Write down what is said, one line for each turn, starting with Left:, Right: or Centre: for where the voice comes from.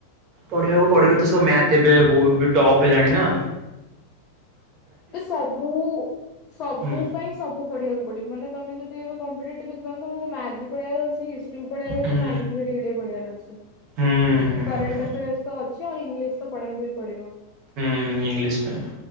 Right: ପଢିବାକୁ ପଢିବ ତ ସବୁ ମ୍ୟାଥ ଏବେ ବହୁତ ବି ଟପ ହେଲାଣି ନାଁ?
Left: ଏ ସବୁ ସବୁ
Right: ହୁଁ
Left: ପାଇଁ ସବୁ ପଢିବାକୁ ପଡିବ। ମାନେ ତମେ ଯଦି ଏବେ କମ୍ପିଟେଟିଭ୍ ଏକ୍ଜାମ୍ ତମକୁ ମ୍ୟାଥ ବି ପଢ଼ିବାର ଅଛି। ହିଷ୍ଟ୍ରି ବି ପଢ଼ିବାର
Right: ହୁଁ
Left: ଅଛି। ସାଇନ୍ସ ବି ଟିକେ ଟିକେ ପଢ଼ିବାର ଅଛି।
Right: ହୁଁ ହୁଁ।
Left: କରେଣ୍ଟଆଫେୟସ୍ ତ ଅଛି ଆଉ ଇଂଲିଶ ତ ପଢେଇବାକୁ ହି ପଡିବ।
Right: ହୁଁ ଇଂଲିଶ ପାଇଁ